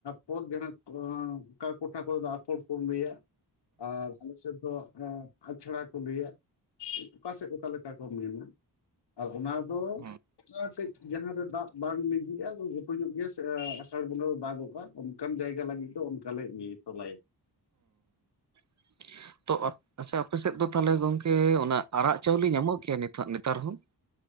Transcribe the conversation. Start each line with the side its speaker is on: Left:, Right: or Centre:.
Left: ᱯᱚᱫ ᱡᱟᱦᱟᱸ ᱚᱠᱟ ᱠᱚᱴᱷᱟ ᱠᱚᱨᱮ ᱫᱚ ᱟᱯᱷᱚᱨ ᱠᱚ ᱞᱟᱹᱭᱟ, ᱟᱨ ᱟᱞᱮ ᱥᱮᱫ ᱫᱚ ᱮᱸᱫ ᱟᱪᱷᱲᱟ ᱠᱚ ᱞᱟᱹᱭᱟ <unintelligible> ᱚᱠᱟ ᱥᱮᱫ ᱫᱚ ᱛᱟᱞᱮ ᱚᱠᱟ ᱠᱚ ᱢᱮᱱᱟ᱾ ᱟᱨ ᱚᱱᱟ ᱫᱚ
Right: ᱦᱩᱸ
Left: ᱚᱱᱟ ᱠᱟᱹᱡ ᱡᱟᱦᱟᱸ ᱨᱮ ᱫᱟᱜ ᱵᱟᱝ ᱯᱤᱡᱤᱜ-ᱟ ᱜᱷᱩᱴᱩ ᱧᱚᱜ ᱜᱮᱭᱟ ᱥᱮ ᱟᱥᱟᱲ ᱵᱚᱸᱜᱟᱹ ᱫᱚ ᱫᱟᱜᱚᱜ-ᱟ ᱚᱱᱠᱟᱱ ᱡᱟᱭᱜᱟ ᱞᱟᱹᱜᱤᱫ ᱫᱚ ᱚᱱᱠᱟ ᱞᱮ ᱤᱭᱟᱹ ᱛᱚᱞᱟᱭᱟ᱾
Right: <inaudible> ᱟᱪᱪᱷᱟ ᱟᱯᱮᱥᱮᱫ ᱫᱚ ᱛᱟᱦᱞᱮ ᱜᱚᱝᱠᱮ ᱚᱱᱟ ᱟᱨᱟᱜ ᱪᱟᱣᱞᱤ ᱧᱟᱢᱚᱜ ᱜᱮᱭᱟ ᱱᱮᱛᱷᱟ ᱱᱮᱛᱟᱨ ᱦᱚᱸ?